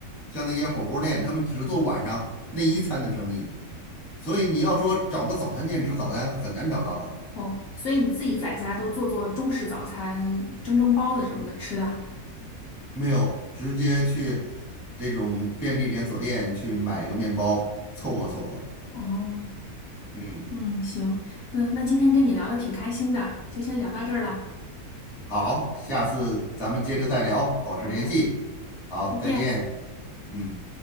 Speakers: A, in the centre; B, on the left.
A: 像那些火锅店，他们只做晚上那一餐的生意。所以你要说找个早餐店吃早餐很难找到的，
B: 好。哦，所以你自己在家都做做中式早餐，蒸蒸包子什么的吃的。
A: 没有，直接去这种便利连锁店去买个面包凑合凑合。
B: 哦，
A: 嗯，
B: 嗯，行，嗯，那今天跟你聊的挺开心的，就先聊到这儿了。
A: 好，下次咱们接着再聊，保持联系。
B: 好的，
A: 好，
B: 再见。
A: 再见。嗯。